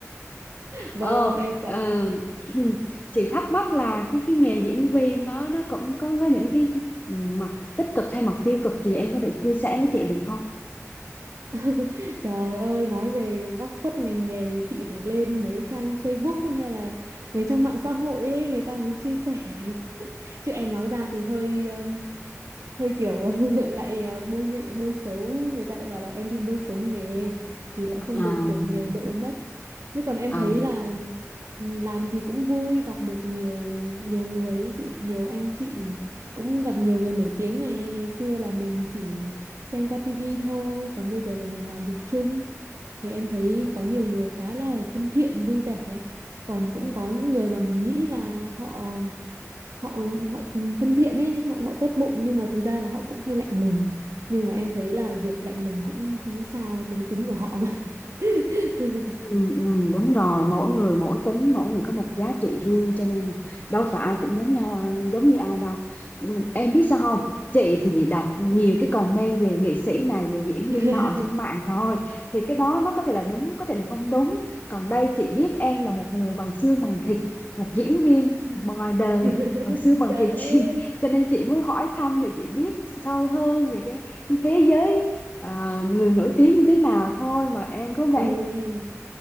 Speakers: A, on the right; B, on the left.
A: Vâng,
B: ờ
A: em cảm
B: ờ,
A: ơn chị.
B: <clears throat> chị thắc mắc là cái cái nghề diễn viên đó nó cũng có có những cái mặt tích cực hay mặt tiêu cực gì em có thể chia sẻ với chị được không
A: <laughs> Trời ơi, nói về góc khuất ngành nghề thì chị phải lên mấy trang Facebook hay là mấy trang mạng xã hội ấy, người ta mới chia sẻ. chứ em nói ra thì hơi um, hơi kiểu <laughs> lại uh, bôi nhạy bôi xấu người ta lại bảo là em đi bôi xấu nghề thì lại không
B: à,
A: được tổ nghề đỗ mất chứ còn em
B: à.
A: thấy là ừ, làm thì cũng vui gặp được nhiều nhiều người ấy chị nhiều anh chị cũng gặp nhiều người nổi tiếng này ngày xưa là mình chỉ xem qua tivi thôi còn bây giờ là mình làm việc chung thì em thấy có nhiều người khá là thân thiện vui vẻ còn cũng có những người mà mình nghĩ là họ họ họ thân thiện ấy họ, họ tốt bụng nhưng mà thực ra là họ cũng hơi lạnh lùng nhưng mà em thấy là việc lạnh lùng cũng không có sao đấy tính của họ mà <laughs>
B: Ừ, ừ, đúng rồi mỗi người mỗi tính mỗi người có một giá trị riêng cho nên là đâu phải
A: Ừ,
B: ai cũng giống nhau ai- giống như ai đâu ừ, em biết sao không
A: ừ.
B: chị thì bị đọc nhiều
A: À,
B: cái
A: chị
B: comment về nghệ sĩ này về diễn
A: <laughs>
B: viên nọ trên mạng thôi thì cái đó nó có thể là đúng có thể là không đúng còn đây chị biết em là một người bằng xương bằng thịt một diễn viên
A: Ừ.
B: ngoài đời
A: <laughs>
B: bằng xương bằng
A: trời
B: thịt <laughs> chị,
A: ơi
B: cho nên chị muốn hỏi thăm để chị biết sâu hơn về cái, cái thế giới à, người nổi tiếng như thế nào thôi mà em có vẻ
A: ui